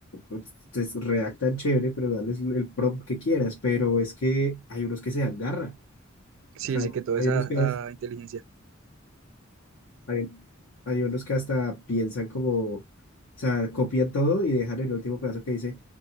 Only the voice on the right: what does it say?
Sí,
sí, que toda
esa
ah, inteligencia.